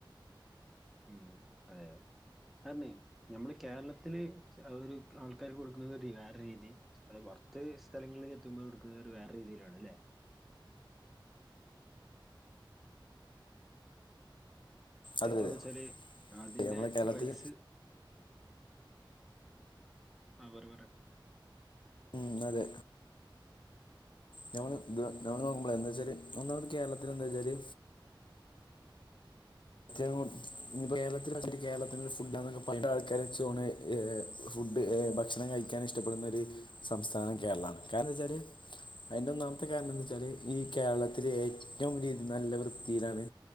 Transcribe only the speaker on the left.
അതെ
നമ്മളെ കേരളത്തിൽ
ഉം അതെ നമ്മള് നമ്മള് നോക്ക്മ്പോളേ എന്താച്ചാല് ഒന്നാമത് കേരളത്തില് എന്താച്ചാല് ഏറ്റവും ഞ്ഞ്പ്പോ കേരളത്തില് ഫുഡാന്നൊക്കെ പണ്ട ആൾക്കാര് ച്ച് ഓണ് ഫുഡ് ഭക്ഷണം കഴിക്കാൻ ഇഷ്ടപ്പെടുന്ന ഒര് സംസ്ഥാനം കേരളാണ് കാരണം ന്താച്ചാല് അയ്ന്റെ ഒന്നാമത്തെ കാരണം എന്ത വെച്ചാല് ഈ കേരളത്തില് ഏറ്റവും രീതി നല്ല വൃത്തിയിലാണ്